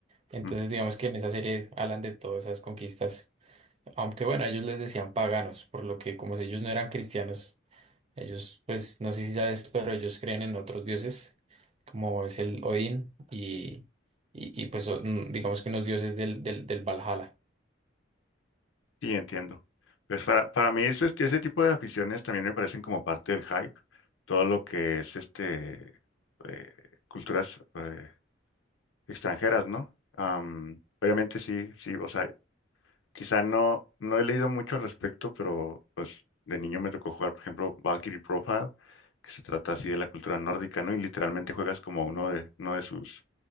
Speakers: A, on the right; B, on the left.
A: Entonces,
B: mm,
A: digamos que en esa serie hablan de todas esas conquistas, aunque bueno, ellos les decían paganos, por lo que como si ellos no eran cristianos, ellos, pues no sé si sabes, pero ellos creen en otros dioses, como es el Odín y, y, y, pues o- mm, digamos que unos dioses del, del, del Valhalla.
B: sí, entiendo. Pues para, para mí eso, este, ese tipo de aficiones también me parecen como parte del hype. Todo lo que es este eh, culturas eh, extranjeras, ¿no? Am, obviamente sí, sí, o sea, Quizá no, no he leído mucho al respecto, pero pues de niño me tocó jugar, por ejemplo, Valkyrie Profile, que se trata así de la cultura nórdica, ¿no? Y literalmente juegas como uno de, uno de sus,